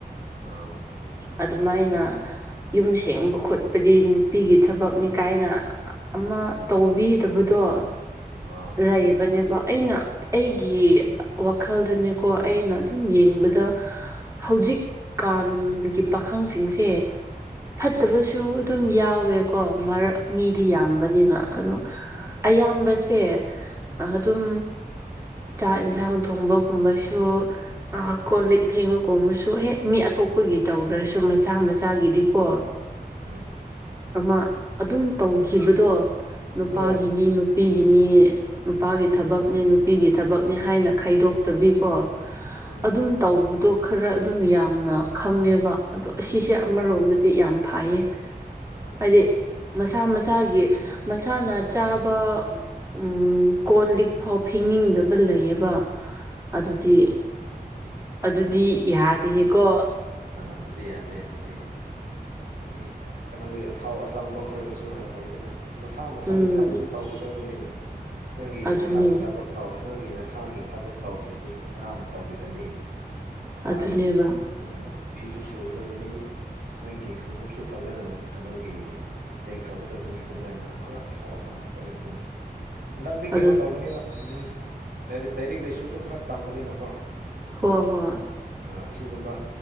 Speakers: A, on the right; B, on the right.
A: ꯑꯥ
B: ꯑꯗꯨꯃꯥꯏꯅ ꯌꯨꯝ ꯁꯦꯡꯕ ꯈꯣꯠꯄꯗꯤ ꯅꯨꯄꯤꯒꯤ ꯊꯕꯛꯅꯤ ꯀꯥꯏꯅ ꯑꯃ ꯇꯧꯕꯤꯗꯕꯗꯣ
A: ꯑꯥ
B: ꯂꯩꯕꯅꯦꯕ ꯑꯩꯅ ꯑꯩꯒꯤ ꯋꯥꯈꯜꯗꯅꯦꯀꯣ ꯑꯩꯅ ꯗꯨꯝ ꯌꯦꯡꯕꯗ ꯍꯧꯖꯤꯛꯀꯥꯟꯒꯤ ꯄꯥꯈꯪꯁꯤꯡꯁꯦ ꯐꯠꯇꯕꯁꯨ ꯑꯗꯨꯝ ꯌꯥꯎꯋꯦꯀꯣ ꯃꯔꯛ ꯃꯤꯗꯤ ꯌꯥꯝꯕꯅꯤꯅ ꯑꯗꯣ
A: ꯎꯝ
B: ꯑꯌꯥꯝꯕꯁꯦ ꯑꯗꯨꯝ ꯆꯥꯛ ꯢꯟꯁꯥꯡ ꯊꯣꯡꯕꯒꯨꯝꯕꯁꯨ ꯑꯥ ꯀꯣꯜ ꯂꯤꯛ ꯐꯦꯡꯕ ꯒꯨꯝꯕꯁꯨ ꯍꯦꯛ ꯃꯤ ꯑꯇꯣꯞ ꯈꯣꯏꯒꯤ ꯇꯧꯗ꯭ꯔꯁꯨ ꯃꯁꯥ ꯃꯁꯥꯒꯤꯗꯤꯀꯣ
A: ꯎꯝ
B: ꯑꯃ ꯑꯗꯨꯝ ꯇꯧꯈꯤꯕꯗꯣ ꯅꯨꯄꯥꯒꯤꯅꯤ
A: ꯎꯝ
B: ꯅꯨꯄꯤꯒꯤꯅꯤ ꯅꯨꯄꯥꯒꯤ ꯊꯕꯛꯅꯤ ꯅꯨꯄꯤꯒꯤ ꯊꯕꯛꯅꯤ ꯍꯥꯏꯅ ꯈꯥꯏꯗꯣꯛꯇꯕꯤꯀꯣ
A: ꯎꯝ
B: ꯑꯗꯨꯝ ꯇꯧꯕꯗꯣ ꯈꯔ ꯑꯗꯨꯝ ꯌꯥꯝꯅ ꯈꯪꯉꯦꯕ ꯑꯗꯣ ꯑꯁꯤꯁꯦ
A: ꯑꯥ
B: ꯑꯃꯔꯣꯝꯗꯗꯤ
A: ꯑꯥ
B: ꯌꯥꯝ ꯐꯩꯌꯦ
A: ꯑꯥ
B: ꯍꯥꯏꯗꯤ ꯃꯁꯥ ꯃꯁꯥꯒꯤ ꯃꯁꯥꯅ ꯆꯥꯕ ꯎꯝ ꯀꯣꯟ ꯂꯤꯛ ꯐꯥꯎ ꯐꯤꯡꯅꯤꯡꯗꯕ ꯂꯩꯌꯦꯕ ꯑꯗꯨꯗꯤ ꯑꯗꯨꯗꯤ ꯌꯥꯗꯦꯍꯦꯀꯣ
A: ꯑ ꯑꯗꯨꯗꯤ ꯌꯥꯗꯦ ꯑꯗꯨꯗꯤ ꯅꯣꯏꯒꯤ ꯀꯩꯅꯣꯒꯤ ꯑꯁꯥꯎ ꯑꯁꯥꯡꯕ ꯈꯣꯏꯅꯁꯨ ꯍꯥꯏꯅ ꯑꯩꯗꯅ ꯃꯁꯥ ꯃꯁꯥꯒꯤ
B: ꯎꯝ
A: ꯊꯕꯛꯇꯗꯤ ꯇꯧꯒꯗꯕꯅꯤꯅꯤ ꯅꯪꯒꯤ
B: ꯑꯗꯨꯅꯦ
A: ꯅꯁꯥꯒꯤ ꯊꯕꯛ ꯇꯧ ꯅꯪꯒꯤ ꯅꯁꯥꯒꯤ ꯊꯕꯛ ꯇꯧꯗ꯭ꯔꯗꯤ ꯀꯅꯥꯅ ꯇꯧꯕꯤꯔꯅꯤ ꯅꯁꯥꯒꯤꯗꯤ
B: ꯑꯗꯨꯅꯦꯕ
A: ꯐꯤꯁꯨ ꯁꯨꯒꯗꯕꯅꯤ ꯅꯪꯒꯤ ꯈꯣꯡꯎꯞꯁꯨ ꯐꯖꯅ ꯀꯩꯅꯣꯒꯤ ꯆꯦꯡꯊꯣꯛꯀꯗꯕꯅꯤ ꯑꯗꯨꯃꯥꯏꯅ ꯑꯥꯡ ꯑꯁꯥꯎ ꯑꯁꯥꯡꯕ ꯑꯣꯏꯅ ꯑꯗꯨꯃꯥꯏꯅ ꯍꯟꯗꯛꯇꯤ ꯀꯩꯅꯣ
B: ꯑꯗꯨ
A: ꯇꯧꯕꯅꯤꯅ ꯎꯝ ꯂꯥꯏꯔꯤꯛ ꯂꯥꯏꯁꯨꯁꯨ ꯈꯔ ꯇꯝꯕꯅꯤꯅꯀꯣ
B: ꯍꯣ ꯍꯣꯏ
A: ꯑꯁꯤꯒꯨꯝꯕ